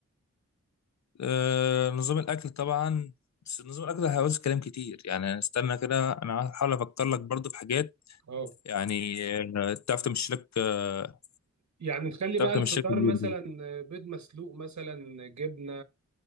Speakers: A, on the left (about 65°); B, on the right (about 75°).
A: آه نظام الاكل طبعا بس نظام الاكل هيعوز كلام كتير يعني استنى كده انا هحاول افكر لك برضو في حاجات
B: اه
A: يعني آه، تعرف تمشي لك آه،
B: يعني نخلي
A: تعرف
B: بقى الفطار
A: تمشي لك اليوم
B: مثلا
A: ده
B: آه، بيض مسلوق مثلا جبنه